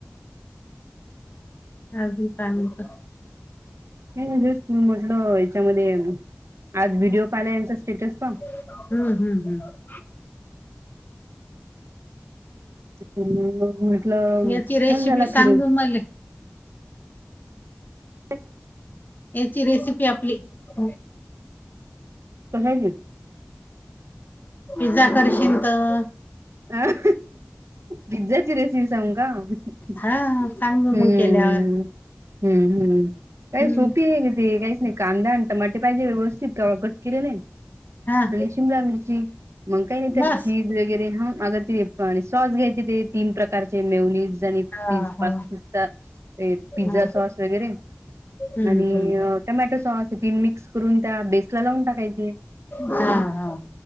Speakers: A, on the left; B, on the right.
A: अजूंन कायं म्हणतं
B: कांहीं नाहीं हेंच तुम्हीं म्हटलं यांच्यामध्ये आंज व्हिडिओ पाहिला यांचा स्टेटसचां
A: हम्मं हम्मं हम्मं
B: अ म्हटलं
A: याची
B: छान
A: रेसिपी
B: झांला
A: सांगू
B: फिरूंन
A: मले
B: <inaudible> <unintelligible>
A: यांची रेसिपी आपलीं
B: बघांयली
A: पिझ्झा करशील तरं
B: हं पिझ्झाची रेसिपी सांगून जाऊं कां हम्मं
A: हा सांगू
B: हम्मं
A: मग केल्यावर
B: हम्मं हम्मं हम्मं कायं
A: हम्म
B: सोपी आहे की ते काहींचं नाहीं कांदा आणि टमाटे पाहिजे व्यवस्थित कां केले नाहीं
A: हा
B: आणि शिमला मिर्ची मंग कांहीं नाहीं त्यां
A: बस
B: चीझ वगैरे हां मलां ते सॉस घ्यांयचे ते तीनं प्रकारचें मेवनीस जे
A: हा
B: पि
A: हो
B: पा पिस्ता
A: हा
B: पिझ्झा सॉस वगैरें
A: हम्म
B: आणि
A: हम्म
B: अं टमॅटो सॉस तीनं मिक्स करूंन त्यां बेसला लावूंन टाकांयचे
A: हा हो